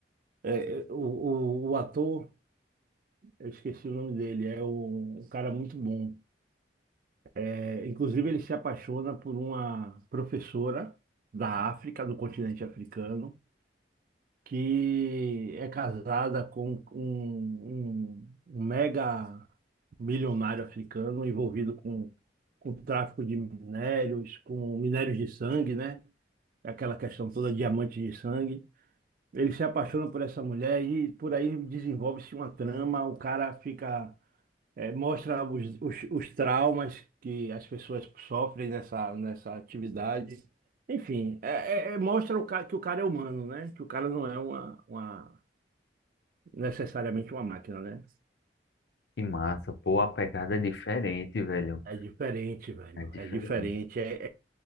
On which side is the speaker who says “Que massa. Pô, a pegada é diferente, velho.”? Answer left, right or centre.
Left